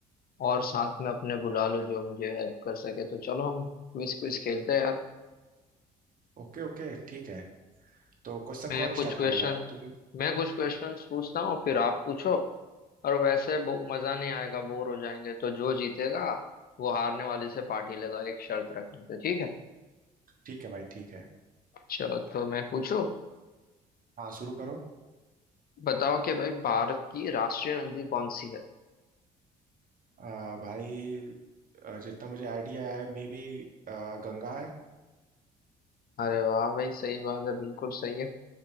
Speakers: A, on the left (about 50°); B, on the right (about 45°).
A: और साथ में अपने बुला लूं जो मुझे हेल्प कर सके तो चलो हम क्विज क्विज खेलते हैं यार
B: ओके ओके ठीक है तो क्वेश्चन
A: मैं
B: कौन
A: कुछ
B: स्टार्ट
A: क्वेश्चन
B: करेगा तुम
A: मैं कुछ क्वेश्चन पूछता हूँ फिर आप पूछो और वैसे बहु- मजा नहीं आएगा बोर हो जाएंगे तो जो जीतेगा वो हारने वाले से पार्टी लेगा एक शर्त रख लेते हैं, ठीक है
B: ठीक है भाई ठीक है
A: चलो तो मैं पूछूं
B: हाँ शुरू करो
A: बताओ कि भाई भारत की राष्ट्रीय नदी कौन सी है
B: आ, भाई आ, जितना मुझे आइडिया है मे बी गंगा है
A: अरे वाह भाई सही बात है बिल्कुल सही है